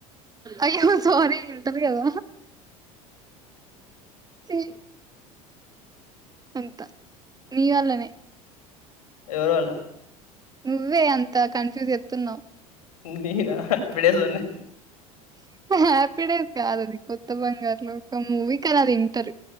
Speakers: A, on the right (about 20°); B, on the left (about 80°).
A: అయ్యో సారీ ఇంటర్ గద చీ అంత నీ వల్లనే
B: ఎవరి వల్ల
A: నువ్వే అంతా కన్ఫ్యూజేత్తున్నావ్
B: నేనా హేపీ డేస్ అన్నీ
A: హ్యాపీ డేస్ కాదది కొత్త బంగారు లోకం మూవీ కదా అది ఇంటరు